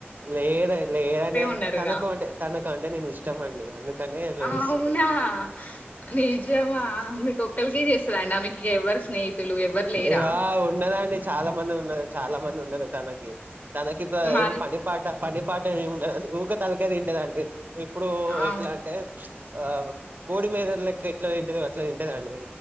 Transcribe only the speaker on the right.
లేద లేదండి
తనకు అంటే తనకు అంటే నేను ఇష్టం అండి అందుకనే లేస్తుంది
ఇగ ఉన్నదాండి చాలా మంది ఉన్ చాలా మంది ఉంన్నరు తనకి తనకిప్పులా
ఎం పని పాట ఏం ఉండదండి ఊక తలకాయి తింటదండి ఇప్పుడు
ఎట్లా అంటే ఆ కోడి మీదలకి ఎట్లా పోయింటిది ఇట్లా తింటదండి